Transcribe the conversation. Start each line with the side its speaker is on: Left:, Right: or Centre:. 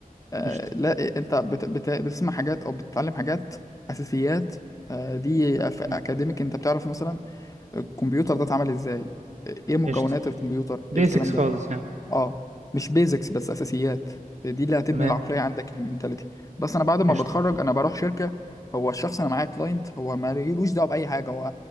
Left: آه
Right: قشطة
Left: لا انت بت بت بتسمع حاجات او بتتعلم حاجات اساسيات آه دي أف- اكاديميك
Right: امم
Left: انت بتعرف مثلا الكمبيوتر ده اتعمل ازاي آه، ايه مكونات
Right: قشطة
Left: الكمبيوتر
Right: بيسكس
Left: ايه الكلام ده
Right: خالص يعني
Left: اه مش بيزكس بس اساسيات دي اللي هتبني
Right: تمام
Left: العقليه عندك المينتاليتي بس انا بعد ما
Right: قشطة
Left: بتخرج انا بروح شركه هو الشخص انا معايا كلاينت هو مالوش دعوه باي حاجه هو